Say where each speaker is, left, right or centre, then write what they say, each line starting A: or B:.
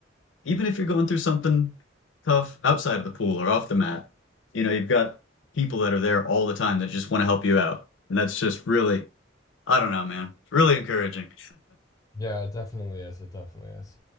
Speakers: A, on the left (about 80°); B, on the left (about 20°).
A: even if you're going through something tough outside of the pool or off the mat, you know, you've got people that are there all the time that just want to help you out, and that's just really, I don't know, man. It's really encouraging.
B: Yeah, it definitely is. It definitely is.